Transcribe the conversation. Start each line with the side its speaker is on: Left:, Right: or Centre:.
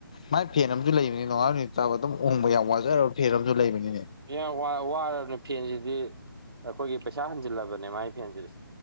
Left: ꯃꯥꯏ ꯐꯦꯟ ꯑꯃꯖꯨ ꯂꯩꯕꯅꯤ ꯅꯣꯡꯉꯥꯜ ꯅꯨꯃꯤꯠ ꯇꯥꯕ ꯑꯗꯨꯝ ꯎꯪꯕ ꯌꯥꯝ ꯋꯥꯖꯔꯕ ꯐꯦꯟ ꯑꯃꯁꯨ ꯂꯩꯕꯅꯤꯅꯦ
Right: ꯑꯦ ꯋꯥꯔ ꯋꯥꯔꯕꯅꯦ ꯐꯦꯟꯁꯤꯗꯤ ꯑꯩꯈꯣꯏꯒꯤ ꯄꯩꯁꯥ ꯍꯟꯖꯤꯜꯂꯕꯅꯦ ꯃꯥꯒꯤ ꯐꯦꯟꯁꯤꯗꯤ